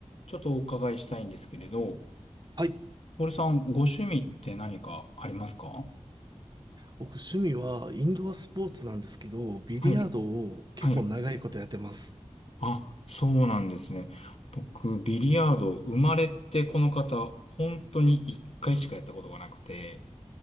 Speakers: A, on the left; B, on the right.
A: ちょっとお伺いしたいんですけれど、
B: はい。
A: トールさん、ご趣味って何かありますか
B: 僕、趣味はインドアスポーツなんですけど、ビリヤードを結構長いことやってます。
A: はい。はい。あ、そうなんですね。僕、ビリヤード、生まれてこの方、本当に一回しかやったことがなくて、